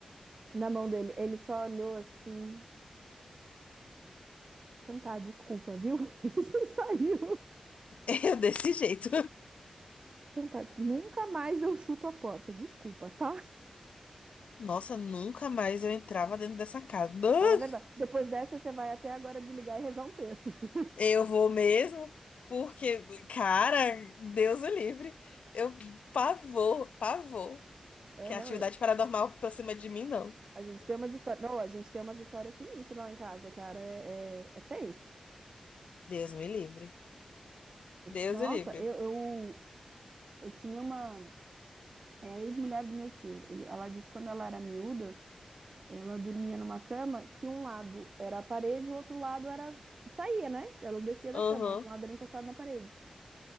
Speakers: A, on the right; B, on the left.
A: Na mão dele, ele só olhou assim. Então tá, desculpa, viu? <laughs> Você saiu.
B: <laughs> Eu desse jeito.
A: Então tá, desculpa. Nunca mais eu chuto a porta, desculpa, tá?
B: <laughs> Nossa, nunca mais eu entrava dentro dessa casa. <laughs>
A: Fala a verdade. Depois dessa, você vai até agora desligar e rezar um terço. <laughs>
B: Ah, Eu vou mesmo, porque, cara, Deus o livre. Eu pavor, pavor.
A: É,
B: Que
A: não,
B: atividade
A: eu-
B: paranormal pra cima de mim, não.
A: a gente tem umas histórias. Não, a gente tem umas histórias sinistras lá em casa, cara. É, é, é tenso.
B: Deus me livre. Deus
A: Nossa,
B: o livre.
A: eu, eu, eu tinha uma é a ex-mulher do meu tio. Ele, ela disse que quando ela era miúda, ela dormia numa cama que um lado era a parede, o outro lado era. Saía, né? Ela descia da
B: Aham,
A: cama, um lado era encostado na parede.